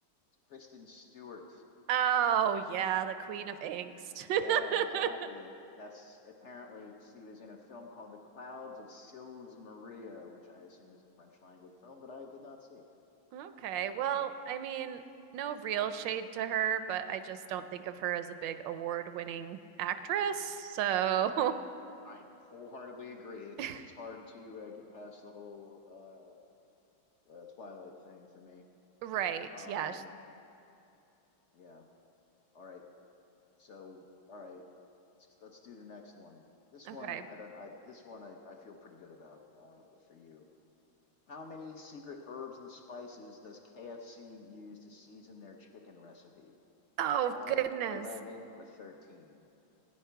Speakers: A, on the left; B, on the right.
A: It's Kristen Stewart.
B: Oh, yeah, the Queen
A: eh,
B: of Angst.
A: Yeah,
B: <laughs>
A: exactly. That's apparently she was in a film called The Clouds of Sils Maria, which I assume is a French language film, but I did not see.
B: Okay. Well, I mean, no real shade to her, but I just don't think of her as a big award-winning actress. So,
A: I wholeheartedly agree. It's
B: <laughs>
A: it's hard to uh, get past the whole uh, uh, Twilight thing for me.
B: right.
A: Um,
B: Yeah. sh-
A: yeah. All right. So, all right. Let's let's do the next one. This
B: Okay.
A: one I don't. I this one I I feel pretty good about uh, for you. How many secret herbs and spices does KFC use to season their chicken recipe?
B: Oh,
A: Five,
B: goodness.
A: eleven, or 13?